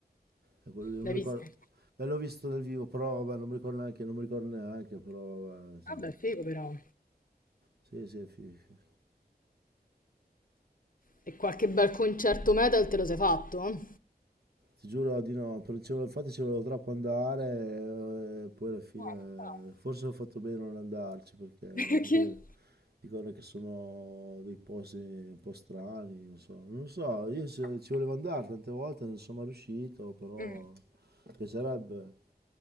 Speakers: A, on the right; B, on the left.
A: E quello lì non
B: L'hai
A: mi ricordo.
B: visti?
A: Beh, l'ho visto dal vivo, però vabbè, non mi ricordo neanche, non mi ricordo neanche, però vabbè, insomma.
B: Vabbè, figo però.
A: Sì, sì, fi- fi-
B: E qualche bel concerto metal te lo sei fatto?
A: Ti giuro di no, per- ci volevo- infatti ci volevo troppo andare e poi alla fine
B: No, peccato.
A: forse ho fatto bene a non andarci perché
B: Perché?
A: dicono,
B: <laughs>
A: dicono che sono dei posti un po' strani, non so, non so, io se- ci volevo andare tante volte, non sono mai riuscito, però
B: Mm.
A: mi piacerebbe.